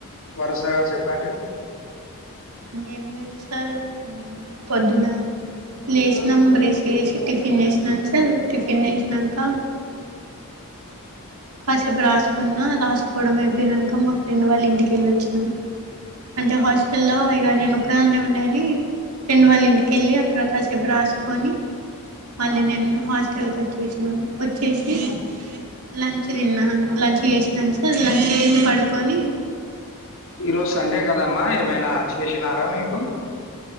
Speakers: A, on the left; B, on the right.
A: వరుసగా చెప్పండి.
B: ఏమి లేదు సార్ పొద్దున లేేసినాం బ్రేస్ వేసి టిఫిన్ జేసినాం సార్ టిఫిన్ జేసినంక
A: <unintelligible>
B: కాసేపు రాసుకున్నా రాసుకోవడం అయిపోయినంక మా ఫ్రెండ్ వాళ్ళ ఇంటికెళ్ళిచ్చినాం అంటే హాస్టల్ల్లో
A: ఓకే.
B: ఇగ నేనొక్కదాన్నే ఉండే ఫ్రెండ్ వాళ్ళ ఇంటికెళ్ళి అక్కడ కాసేపు రాసుకొని మళ్ళీ
A: ఆ!
B: నేను హ స్ల్కి వచ్చేసినాం వచ్చేసి లంచ్ తిన్నాను లంచ్ చేసినాను సార్ లంచ్ వేసి పడుకొని
A: ఈ రోజు సండే కదమ్మా ఏమైనా చేసినారా మీకు